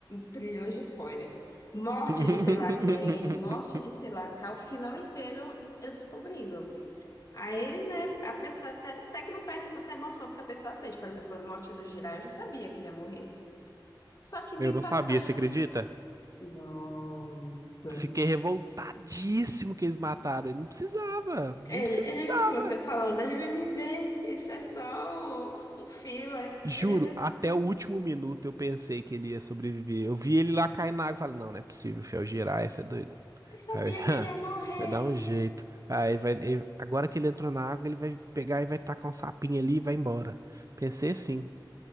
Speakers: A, on the left; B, on the right.
A: trilhões de spoiler, morte
B: <laughs>
A: de sei lá quem, morte de sei lá cá, o final inteiro eu descobrindo. Aí, né, a pessoa até, até que não perde tanta emoção, porque a pessoa sente, por exemplo, a morte do Jiraiya, eu já sabia que ele ia morrer, só que me
B: Eu
A: impactou
B: não sabia,
A: de,
B: você acredita?
A: nossa...
B: Fiquei revoltadíssimo que eles mataram ele. Não precisava,
A: Ele,
B: não precisava.
A: ele, você falando, ele vai viver, isso é só um, um filler.
B: Juro,
A: Ele vai,
B: até o último minuto eu pensei que ele ia sobreviver. Eu vi ele lá cair na água e falei, não, não é possível, fiel, girar, isso é doido.
A: eu sabia
B: Aí, <laughs>
A: que ele ia morrer.
B: vai dar um jeito. Aí vai, ele- agora que ele entrou na água, ele vai pegar e vai tacar um sapinho ali e vai embora. Pensei assim,